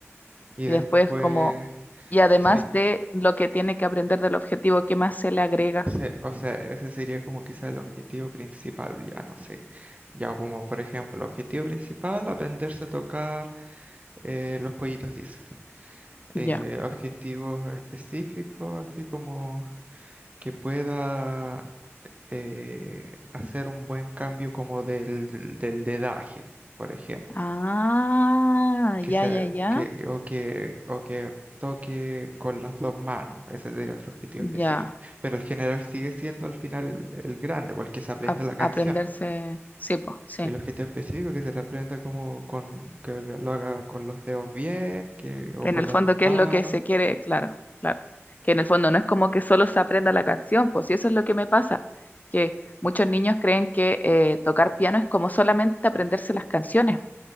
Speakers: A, on the right; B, on the left.
A: Y
B: Y
A: después,
B: después como, y además
A: sí,
B: de lo que tiene que aprender del objetivo, ¿qué más se le agrega?
A: Ese- o sea, ese sería como quizá el objetivo principal, ya no sé. Ya como, por ejemplo, objetivo principal, aprenderse a tocar eh, los pollitos Disney. Eh,
B: Ya.
A: objetivos específicos, así como que pueda eh, hacer un buen cambio como del, del del dedaje, por ejemplo.
B: Ah, ya,
A: Que sea,
B: ya, ya.
A: que, o que, o que toque con las dos manos. Ese sería otro objetivo específico.
B: Ya.
A: Pero el general sigue siendo al final el, el grande, porque se aprende
B: A-
A: la canción.
B: aprenderse. Sí, pues, sí.
A: El objetivo específico que se le aprenda como con que lo haga con los dedos bien, que o
B: En
A: con
B: el
A: las
B: fondo,
A: dos
B: ¿qué
A: manos.
B: es lo que se quiere? Claro, claro. Que en el fondo no es como que solo se aprenda la canción, pues si eso es lo que me pasa, que muchos niños creen que eh, tocar piano es como solamente aprenderse las canciones.